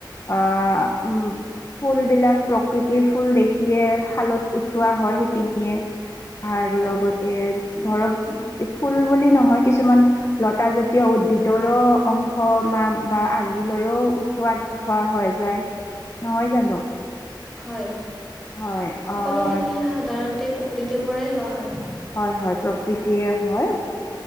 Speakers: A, on the left; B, in the centre.
A: অ উ ফুল বিলাক প্ৰকৃতিৰ ফুল দেখিয়ে শালত উঠোৱা হয় সিপিনিয়ীয়ে আৰু
B: হয়
A: লগতে ধৰক ফুল বুলি নহয় কিছুমান লতা জাতীয় উদ্ভিদৰো অংশ বা আৰ্হি লৈও উঠোৱা দেখা হয় যায় নহয় জানো
B: হয়
A: হয়
B: সকলোখিনি
A: অ'
B: সাধাৰণতে প্ৰকৃতি পৰাই লোৱা হয়
A: হয় হয় প্ৰকৃতিৰে হয়